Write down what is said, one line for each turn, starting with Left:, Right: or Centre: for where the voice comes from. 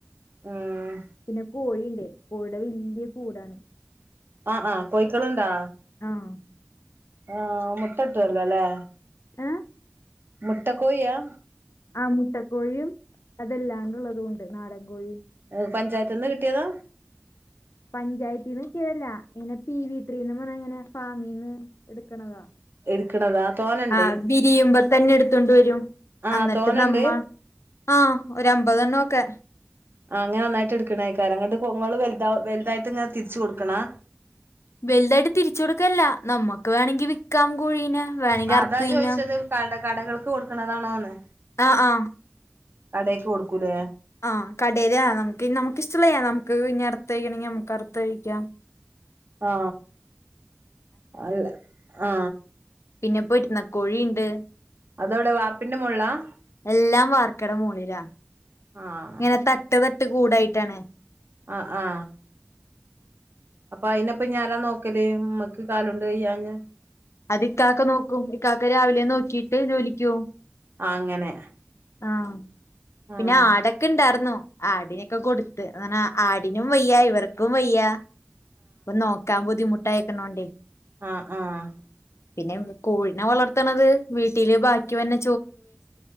Right: ഉം
Left: പിന്നെ കോഴിയുണ്ട് കോഴീടെ വല്ല്യ കൂടാണ്
Right: ആഹ് ആഹ് കോഴിക്കളുണ്ടാ
Left: ആഹ്
Right: ആഹ് മുട്ട കിട്ടുവല്ലോ ല്ലേ
Left: ഏ
Right: മുട്ടക്കോയിയാ
Left: ആ മുട്ടക്കോഴിയും അതെല്ലാണ്ടുള്ളതുണ്ട് നാടൻ കോഴി
Right: ഏ പഞ്ചായത്ത്ന്ന് കിട്ടിയതാ
Left: പഞ്ചായത്തിന്ന് കിട്ടിയതല്ല ഇങ്ങനെ പി വി ത്രീന്ന് പറഞ്ഞങ്ങനെ ഫാമിന്ന് എടുക്കണതാ
Right: ഇരിക്കണതാ തോനണ്ട്
Left: ആ വിരിയുമ്പൊ തന്നെ എടുത്തണ്ട് വരും
Right: ആഹ്
Left: അന്നിട്ട്
Right: തോനണ്ട്
Left: നമ്മ ആ ഒരമ്പതെണ്ണോക്കെ
Right: ആ ങ്ങനെന്നായിട്ട് ടുക്കണെകാരം ങ്ങട്ട് പുമോള് വലുത വലുതായിട്ടിങ്ങനെ തിരിച്ചു കൊടുക്കണാ
Left: വലുതായിട്ട് തിരിച്ചു കൊടുക്കല്ല നമ്മുക്ക് വേണമെങ്കി വിക്കാം കോഴീനെ വേണെങ്കി
Right: ആ
Left: അർത്തിന്നാ
Right: അതാ ചോദിച്ചത് കട കടകൾക്ക് കൊടുക്കണതാണോന്ന്
Left: ആ ആ
Right: കടേക്ക് കൊടുക്കൂലേ
Left: ആ കടേലെ നമുക്ക്നി നമുക്കിഷ്ടള്ളയാണം നമുക്ക് ഇനി അർത്ത്ഴിക്കണമെങ്കിൽ നമുക്ക് അർത്തഴിക്കാം
Right: ആ അല്ല ആ
Left: പിന്നെപ്പോ ഇരുന്ന കോഴീണ്ട്
Right: അതോവ്ടെ വാർപ്പിന്റെ മോൾലാ--'
Left: എല്ലാം വാർക്കടെ മാേളിലാ
Right: ആഹ്
Left: ങ്ങനെ തട്ട് ത ട്ട് കൂടായ്ട്ടാണ്
Right: അ ആ അപ്പൊ അയിന്പ്പെഞ്ഞാരാ ഞാനാ നോക്കല് മ്മ ക്ക് കാലാേണ്ട് വയ്യാഞ്ഞാ
Left: അത് ഇക്കാക്ക നോക്കും ഇക്കാക്ക രാവിലെ നോക്കീട്ട് ജോലിക്ക്യാേവും
Right: ആ അങ്ങനെ
Left: ആ പിന്നെ
Right: ആഹ്
Left: ആടെക്കെ ണ്ടാർന്നോ ആടിനെക്കെ കൊടുത്ത് അങ്ങനാ ആടിനും വയ്യാ ഇവർക്കും വയ്യാ പ്പം നോക്കാൻ ബുധിമു ട്ടായ്ക്ക്ണോണ്ടെ
Right: ആ ആ
Left: പിന്നെ കോഴിനെ വളർത്ത്ണത് വീട്ടില് ബാക്കി വര്ന്ന